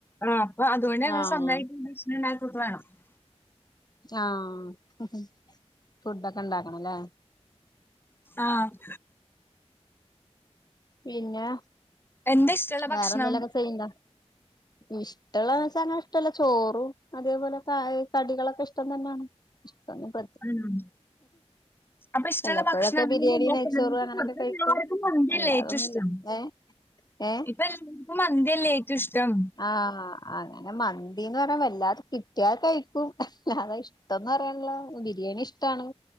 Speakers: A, on the left; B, on the left.
A: ആഹ് അഹ് അത് കൊണ്ടാ ഞങ്ങള്
B: ആഹ്
A: സ്വന്തായി <unintelligible>
B: ആഹ് ഫുഡൊക്കെ ഉണ്ടാക്കണം അല്ലേ.
A: ആഹ്
B: പിന്നെ,
A: എന്താ ഇഷ്ടള്ള
B: വേറെന്തെലൊക്കെ
A: ഭക്ഷണം?
B: ചെയ്യ്ണ്ടോ? ഇഷ്ടള്ള ന്ന് വച്ചാ അങ്ങനെ ഇഷ്ടല്ല, ചോറും അതേപോലെ ചായ കടികളൊക്കെ ഇഷ്ടം തന്നെയാണ്. അ പ
A: ആഹ് അപ്പൊ ഇഷ്ടള്ള
B: വല്ലപ്പോഴൊക്കെ
A: ഭക്ഷണ <inaudible>
B: ബിരിയാണി നെയ്ച്ചോറ്
A: ഇപ്പലാർക്കും
B: അങ്ങനൊക്കെ കഴിക്കും
A: മന്തി
B: അല്ലാതൊന്നുല്ല
A: ല്ലേ ഏറ്റഷ്ടം,
B: ഏഹ് ഏഹ്
A: ഇപ്പം എല്ലാവർക്കും മന്തിയല്ലേ ഏറ്റം ഇഷ്ടം.
B: ആഹ്,, അങ്ങനെ മന്തിന്ന് പറയാ വല്ലാതെ കിട്ടിയാ കഴിക്കും അ <unintelligible> ല്ലാതെ ഇഷ് ത്തന്ന് റിയില്ല ബിരിയാണി ഇഷ്ടാണ്.